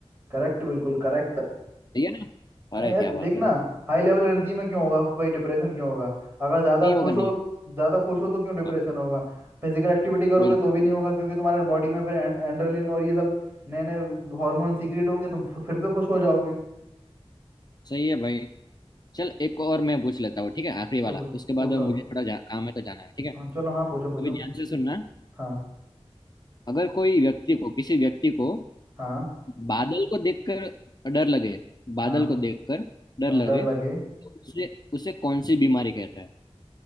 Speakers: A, on the right; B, on the left.
A: करेक्ट बिल्कुल करेक्ट
B: सही है ना
A: हाँ
B: अरे
A: यार
B: क्या
A: देखना
B: बात है
A: हाई लेवल एनर्जी में क्यों होगा भाई डिप्रेशन क्यों होगा अगर ज़्यादा
B: नहीं होगा
A: खुश
B: नहीं
A: हो ज़्यादा खुश हो तो क्यों डिप्रेशन
B: होगा। हाँ
A: होगा फिजिकल एक्टिविटी करोगे
B: बिल्कुल
A: तो भी नहीं होगा क्योंकि तुम्हारे बॉडी में फिर एंड्रेलिन और ये सब नए नए हार्मोन सीक्रेट होंगे तुम फिर फिर से खुश हो जाओगे
B: सही है भाई चल एक और मैं पूछ लेता हूँ ठीक है आखिरी
A: पूछो
B: वाला
A: पूछो
B: उसके बाद
A: पूछो
B: मुझे थोड़ा जा, काम है तो जाना है ठीक है
A: हाँ, चलो हाँ पूछो पूछो
B: अभी ध्यान से सुनना
A: हाँ
B: अगर कोई व्यक्ति को किसी व्यक्ति को
A: हाँ
B: बादल को देखकर डर लगे बादल
A: हाँ
B: को देखकर डर
A: हाँ
B: लगे
A: डर लगे
B: तो उसे उसे कौन सी बीमारी कहते हैं